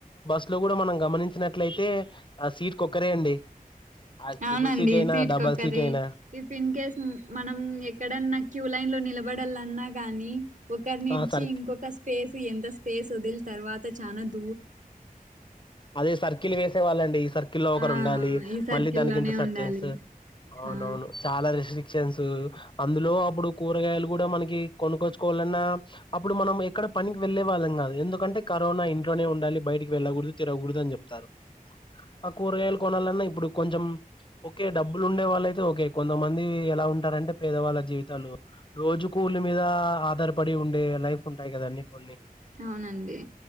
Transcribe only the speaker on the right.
అవునండి
సీట్కొక్కరె
ఇఫ్ ఇన్ కేస్ మనం ఎక్కడన్నా క్యూ లైన్ లో నిలబడాలన్నా కానీ ఒకరినిడిచి
ఇంకొక స్పేస్ ఎంత స్పేస్ వదిలి తర్వాత చానద్
ఆ
ఈ సర్కిల్
లోనే
ఉండాలి
ఆ
అవునండి